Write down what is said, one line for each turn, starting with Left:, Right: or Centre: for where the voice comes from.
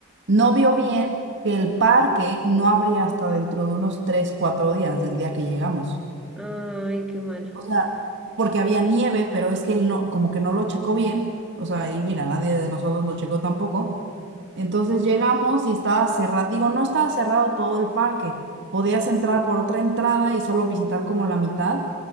Right: no vio bien que el parque no abría hasta dentro de unos 3, 4 días del día que llegamos.
Centre: Ay, qué mal.
Right: O sea, porque había nieve, pero es que él no, como que no lo checó bien. O sea, y mira, nadie de nosotros lo checó tampoco. Entonces llegamos y estaba cerrado. Digo, no estaba cerrado todo el parque. Podías entrar por otra entrada y solo visitar como la mitad.